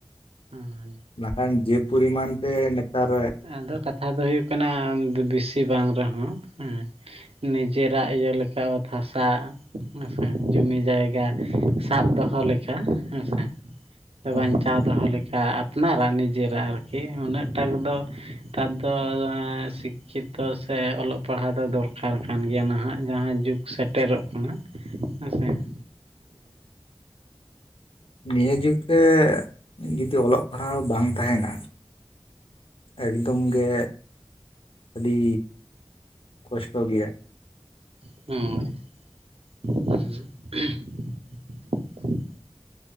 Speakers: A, on the right; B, on the left.
A: ᱦᱩᱸ
B: ᱵᱟᱠᱷᱟᱱ ᱡᱮ ᱯᱚᱨᱤᱢᱟᱱ ᱛᱮ ᱱᱮᱛᱟᱨ
A: ᱟᱫᱚ ᱠᱟᱛᱷᱟ ᱫᱚ ᱦᱩᱭᱩᱜ ᱠᱟᱱᱟ ᱵᱮᱥᱤ ᱵᱟᱝ ᱨᱮᱦᱚᱸ ᱦᱮᱸ ᱱᱤᱡᱮᱨᱟᱜ ᱤᱭᱟᱹ ᱞᱮᱠᱟ ᱚᱛ ᱦᱟᱥᱟ ᱦᱮᱸᱥᱮ ᱡᱩᱢᱤ ᱡᱟᱭᱜᱟ ᱥᱟᱵ ᱫᱚᱦᱚ ᱞᱮᱠᱟ ᱦᱮᱸᱥᱮ ᱾ ᱥᱮ
B: ᱩᱸ
A: ᱵᱟᱧᱪᱟᱣ ᱫᱚᱦᱚ ᱞᱮᱠᱟ ᱟᱯᱱᱟᱨᱟᱜ ᱱᱤᱡᱮᱨᱟᱜ ᱟᱨᱠᱤ ᱩᱱᱟᱹᱜᱴᱟᱜ ᱫᱚ ᱱᱮᱛᱟᱨ ᱫᱚ ᱥᱤᱠᱠᱷᱤᱛᱚ ᱥᱮ ᱚᱞᱚᱜ ᱯᱟᱲᱦᱟᱣ ᱫᱚ ᱫᱚᱨᱠᱟᱨ ᱠᱟᱱ ᱜᱮᱭᱟ ᱱᱟᱦᱟᱜ ᱡᱟᱦᱟᱸ ᱡᱩᱜᱽ ᱥᱮᱴᱮᱨᱚᱜ ᱠᱟᱱᱟ ᱦᱮᱸ ᱥᱮ ᱾
B: ᱱᱤᱭᱟᱹ ᱡᱩᱜ ᱨᱮ ᱡᱩᱫᱤ ᱚᱞᱚᱜ ᱯᱟᱲᱦᱟᱣ ᱵᱟᱝ ᱛᱟᱦᱮᱱᱟ᱾ ᱮᱠᱫᱚᱢ ᱜᱮ ᱟᱹᱰᱤ ᱠᱚᱥᱴᱚ ᱜᱮᱭᱟ ᱾
A: ᱦᱳᱭ ᱦᱩᱸ <inaudible>